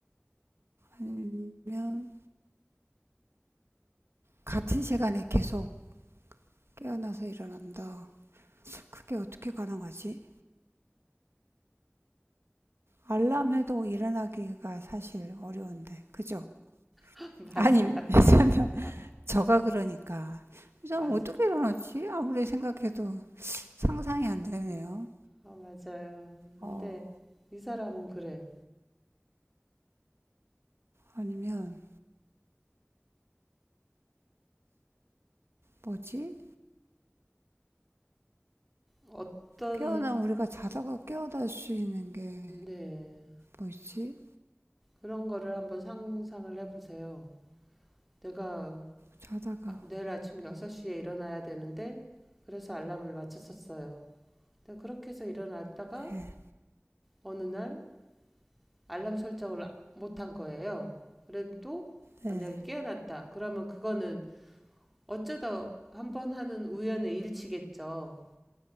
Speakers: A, on the right; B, in the centre.
A: 아니면 같은 시간에 계속 깨어나서 일어난다. 그게 어떻게 가능하지? 알람해도 일어나기가 사실 어려운데, 그죠?
B: <laughs> 맞아.
A: 아니, 왜냐면
B: 마-
A: 저가 그러니까 저는
B: 맞아.
A: 어떻게 일어났지? 아무리 생각해도 상상이 안 되네요.
B: 어, 맞아요. 근데
A: 어,
B: 이 사람은 그래요.
A: 아니면 뭐지?
B: 어떤,
A: 깨어나 우리가 자다가 깨어날 수 있는 게
B: 네,
A: 뭐 있지?
B: 그런 거를 한번 상상을 해보세요. 내가
A: 자다가
B: 아- 내일 아침 6시에 일어나야 되는데, 그래서 알람을 맞췄었어요. 근데 그렇게 해서 일어났다가
A: 네,
B: 어느 날 알람 설정을 아- 못한 거예요. 그래도
A: 네,
B: 만약에 깨어났다. 그러면 그거는 어쩌다 한번 하는 우연의 일치겠죠.